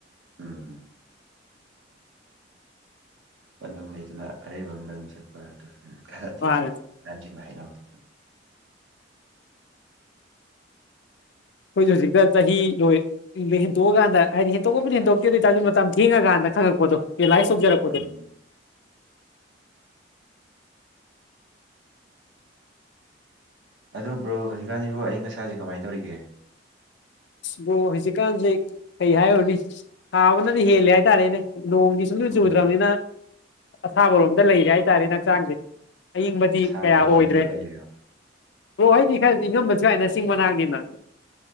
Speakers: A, on the right (about 75°); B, on the left (about 65°).
A: ꯎꯝ ꯄꯟꯊꯨꯡ ꯂꯩꯗꯨꯅ ꯑꯔꯩꯕ ꯑꯃꯗ ꯑꯗꯨꯝ ꯆꯠꯄ ꯑꯗꯨ ꯀꯥꯟꯅꯗꯦ
B: ꯃꯥꯅꯤ
A: ꯍꯟꯁꯤꯡꯅ ꯍꯥꯏꯅꯕꯗꯨ <inaudible>
B: ꯑꯩꯈꯣꯏꯁꯨ ꯍꯧꯖꯤꯛꯇ ꯆꯍꯤ ꯂꯣꯏ ꯍꯦꯟꯇꯣꯛꯑꯀꯥꯟꯗ ꯍꯥꯏꯗꯤ ꯍꯦꯟꯇꯣꯛꯄꯕꯨꯗꯤ ꯍꯦꯟꯇꯣꯛꯇꯦ ꯑꯗꯨ ꯑꯣꯏ ꯇꯥꯔꯁꯨ ꯃꯇꯝ ꯊꯦꯡꯉꯀꯥꯟꯗ ꯈꯪꯉꯛꯄꯗꯣ ꯔꯤꯌꯜꯂꯥꯏꯁ ꯇꯧꯖꯔꯛꯄꯗꯨ
A: ꯎꯝ ꯑꯗꯨ ꯕ꯭ꯔꯣ ꯍꯧꯖꯤꯛꯀꯥꯟꯁꯤꯕꯨ ꯑꯏꯪ ꯑꯁꯥꯁꯦ ꯀꯃꯥꯏꯅ ꯇꯧꯔꯤꯒꯦ
B: ꯕ꯭ꯔꯣ ꯍꯧꯖꯤꯛꯀꯥꯟꯁꯦ ꯀꯩ ꯍꯥꯏꯔꯨꯔꯅꯤ ꯁꯥꯕꯅꯗꯤ ꯍꯦꯜꯂꯦ ꯍꯥꯏꯇꯥꯔꯦꯅꯦ ꯅꯣꯡꯒꯤ ꯁꯨꯡꯆꯨ
A: ꯎꯝ
B: ꯆꯨꯗ꯭ꯔꯕꯅꯤꯅ ꯑꯁꯥꯕꯔꯣꯝꯗ ꯂꯩꯔꯦ ꯍꯥꯏꯇꯥꯔꯦ ꯍꯛꯆꯥꯡꯁꯦ ꯑꯏꯪꯕꯗꯤ
A: ꯑꯁꯥꯕꯔꯣꯝꯗ
B: ꯀꯌꯥ ꯑꯣꯏꯗ꯭ꯔꯦ
A: ꯂꯩꯔꯤꯔꯣ
B: ꯕ꯭ꯔꯣ ꯍꯣꯏꯗꯤ ꯈꯔ ꯏꯉꯝꯕꯁꯨ ꯌꯥꯏꯅ ꯆꯤꯡ ꯃꯅꯥꯛꯅꯤꯅ